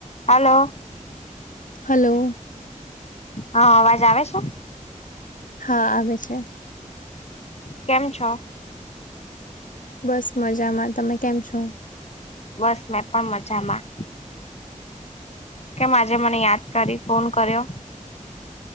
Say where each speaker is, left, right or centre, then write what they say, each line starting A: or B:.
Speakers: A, on the left; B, on the left.
A: હાલો
B: hello
A: હા અવાજ આવે છે
B: હા આવે છે
A: કેમ છો
B: બસ મજામાં તમે કેમ છો
A: બસ મેં પણ મજામાં કેમ આજે મને યાદ કરી ફોન કર્યો